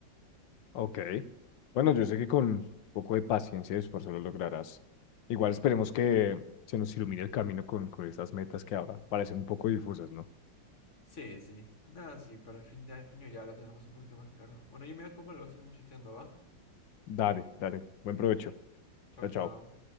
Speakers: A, on the left; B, on the left.
A: Ok. Bueno, yo sé que con un poco de paciencia y esfuerzo lo lograrás. Igual esperemos
B: Gracias.
A: que se nos ilumine el camino con, con esas metas que ahora parecen un poco difusas, ¿no?
B: Sí, sí. Nada, sí, para fin de año ya lo tendremos un poquito más claro. Bueno, yo me voy a comer, luego seguimos chateando, ¿va?
A: Dale, dale. Buen provecho.
B: Chao,
A: Chao,
B: chao.
A: chao.